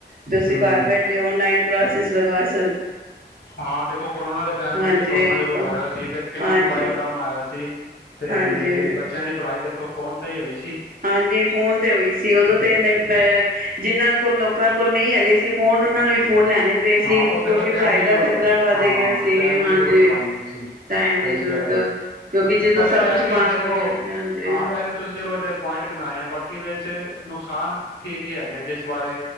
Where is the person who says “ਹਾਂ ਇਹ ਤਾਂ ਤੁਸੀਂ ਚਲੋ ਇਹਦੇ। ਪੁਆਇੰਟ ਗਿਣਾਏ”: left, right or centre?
Left